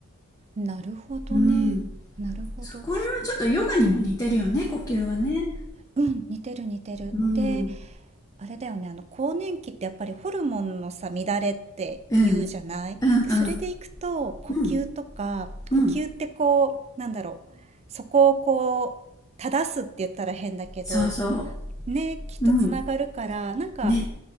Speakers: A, on the right; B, on the left.
A: なるほどね。
B: うん。
A: なるほど。
B: そこれはちょっとヨガにも似てるよね、呼吸はね。
A: うん、似てる似てる。
B: うん、
A: で、あれだよね、あの更年期ってやっぱりホルモンのさ、乱れって言うじゃないで、
B: うん、うん、うん、
A: それでいくと呼吸とか、
B: うん、うん、
A: 呼吸ってこう、なんだろう、そこをこう、正すって言ったら変だけど、
B: そうそ
A: ね、きっとつながるから、
B: う、うん、
A: なんか、
B: ね、